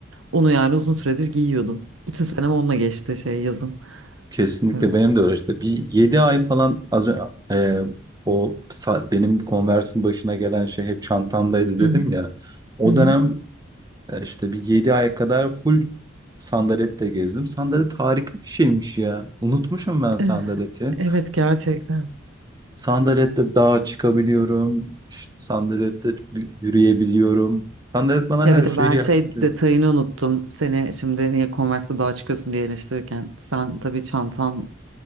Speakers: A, on the right; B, on the right.
A: onu yani uzun süredir giyiyordum. Bütün senem onunla geçti şey yazın.
B: Kesinlikle
A: Öyle
B: benim de öyle işte. Bir 7 ay falan az önce o sa- benim Converse'in başına gelen şey hep çantamdaydı dedim
A: Hı hı.
B: ya. O
A: Hı hı.
B: dönem e, işte bir 7 ay kadar full sandaletle gezdim. Sandalet harika bir şeymiş ya. Unutmuşum ben sandaleti.
A: Eh, Evet gerçekten.
B: Sandalette dağa çıkabiliyorum. İşte sandalette y- yürüyebiliyorum. Sandalet bana
A: Ya
B: her
A: bir de
B: şeyi
A: ben
B: yaptırıyor.
A: şey detayını unuttum. Seni şimdi niye Converse'de daha çıkıyorsun diye eleştirirken. Sen tabii çantan